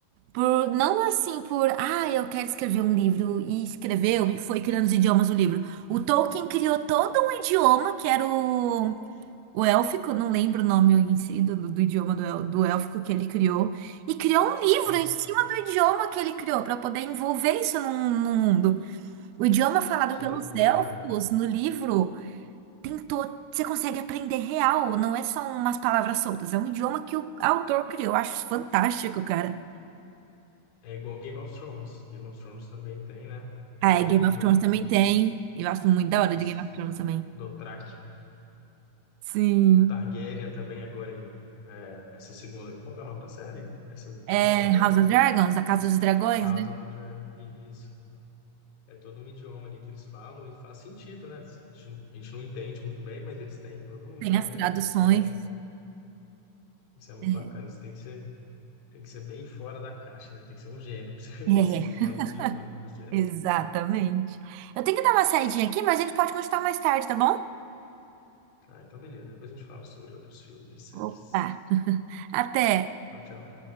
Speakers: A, on the right (about 85°); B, on the left (about 80°).
A: por, não assim por, ah, eu quero escrever um livro, e escreveu, e foi criando os idiomas do livro. O Tolkien criou todo um idioma que era o o élfico, não lembro o nome em si do, do idioma do, él- do élfico que ele criou, e criou um livro
B: Uhum.
A: em cima do idioma que ele criou, para poder envolver isso num, num mundo. O idioma falado
B: Que
A: pelos
B: loucura,
A: elfos
B: né?
A: no livro tentou, você consegue aprender real, não é só umas palavras soltas, é um idioma que o autor criou. Eu acho isso fantástico, cara.
B: É igual Game of Thrones. Game of Thrones também tem, né?
A: Ah,
B: Todo
A: é, Game
B: um idioma
A: of Thrones também
B: ali do,
A: tem. Eu acho muito da hora
B: dos,
A: de Game of Thrones também.
B: do Thrak.
A: Sim.
B: O Targaryen também agora em é, essa segunda. Qual que é o nome da série? Essa
A: É
B: nova agora?
A: House of Dragons, A Casa dos Dragões,
B: House
A: né?
B: of the Dragon. Isso. É todo um idioma ali que eles falam e faz sentido, né? A gente, não- a gente não entende muito bem, mas eles têm todo um
A: Tem
B: dialeto
A: as traduções.
B: ali que é, isso é muito
A: É.
B: bacana. Isso tem que ser, tem que ser bem fora da caixa, né? Tem que ser um gênio <laughs> para
A: é.
B: você conseguir criar um idioma do zero.
A: Exatamente. Eu tenho que dar uma saidinha aqui, mas a gente pode continuar mais tarde, tá bom?
B: Ah, então beleza, depois a gente fala sobre outros filmes e séries.
A: Opa, até!
B: Tchau, tchau.